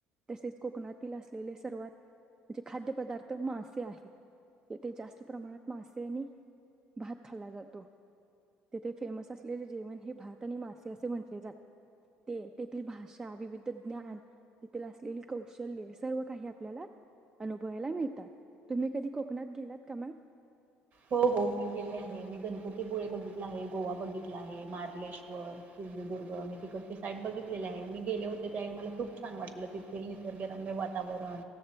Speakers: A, on the right; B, on the right.
A: तसेच कोकणातील असलेले सर्वात म्हणजे खाद्यपदार्थ मासे आहेत, तेथे जास्त प्रमाणात मासे आणि भात खाल्ला जातो, तेथे फेमस असलेले जेवण हे भात आणि मासे असे म्हटले जातात ते तेथील भाषा, विविध ज्ञान तिथं असलेली कौशल्य सर्व काही आपल्याला अनुभवायला मिळतात, तुम्ही कधी कोकणात गेलात का मॅम?
B: हो हो मी गेले आहे मी गणपतीपुळे बघितला आहे गोवा बघितला आहे मार्लेश्वर सिंधुदुर्ग मी तिकडचे साइड बघितलेली आहे मी गेले होते त्यावेळी मला खूप छान वाटलं तिथे निसर्गरम्य वातावरण